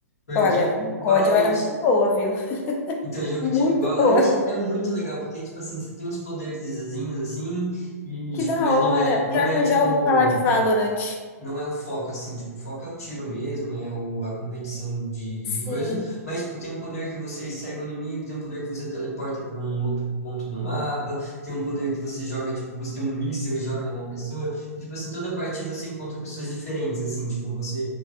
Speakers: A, on the left (about 65°); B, on the left (about 25°).
A: Porque
B: Olha, o COD
A: Valorant,
B: eu era muito boa, viu? <laughs>
A: então, jogo
B: Muito
A: de Valorant
B: boa.
A: é muito legal, porque, tipo assim, você tem uns poderzinhos, assim, e,
B: Que
A: tipo,
B: da
A: mas
B: hora.
A: não é,
B: Pior
A: não é,
B: que eu
A: tipo,
B: já ouvi falar de Valorant.
A: não é o foco, assim, tipo, o foco é o tiro mesmo, é o, a competição de,
B: Sim,
A: de coisa, mas, tipo, tem um poder que você segue o inimigo, tem um poder que você teleporta para um outro ponto do mapa, tem um poder que você joga, tipo, você tem um míssil e joga na pessoa, e, tipo, assim, toda partida você encontra pessoas diferentes, assim, tipo, você